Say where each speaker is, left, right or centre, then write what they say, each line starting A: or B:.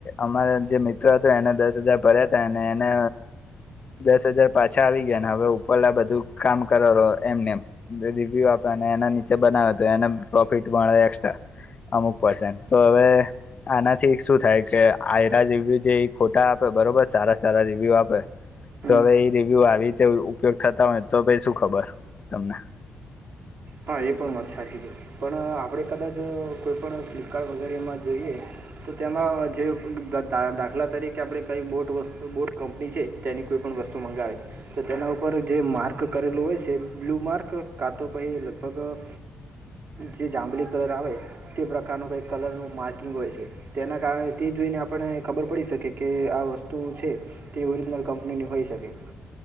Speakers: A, on the left (about 35°); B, on the right (about 65°).
A: અમારા જે મિત્ર હતો એને દસ હજાર ભર્યા તા અને એને દસ હજાર પાછા આવી ગયા ને હવે ઉપરલા બધું કામ કરોરો એમનેમ, રિવ્યુ આપ અને એના નીચે બનાવે તો એને પ્રોફિટ મળે એકસ્ટ્રા અમુક પરસન્ટ તો હવે, આનાથી શું થાય કે, આયરા રિવ્યુ જે ઇ ખોટા આપે બરોબર, સારા સારા રિવ્યુ આપે
B: હમ
A: તો હવે ઇ રિવ્યુ આવીતે ઉપયોગ થતા હોય, તો ભઈ શું ખબર, તમને.
B: હા એ પણ વાત સાચી છે પણ, આપડે કદાચ, કોઈ પણ <unintelligible> વગેરે એમાં જઈએ, તો તેમાં, અ જે, દદા દાખલા તરીકે આપણે કઈ બોટ વ બોટ કંપની છે, તેની કોઈ પણ વસ્તુ મંગાઇ, તો તેના ઉપર જે માર્ક કરેલું હોય છે, બ્લુ માર્ક, કાતો પહી પગ જે જાંબલી <unintelligible> આવે, તે પ્રકારનું કઈક કલરનું માર્કિંગ હોય છે. તેના કારણે તે <unintelligible> <unintelligible> આપણે, ખબર પડી શકે કે, આ વસ્તુ છે. એ ઓરિજનલ કંપનીની હોઈ શકે.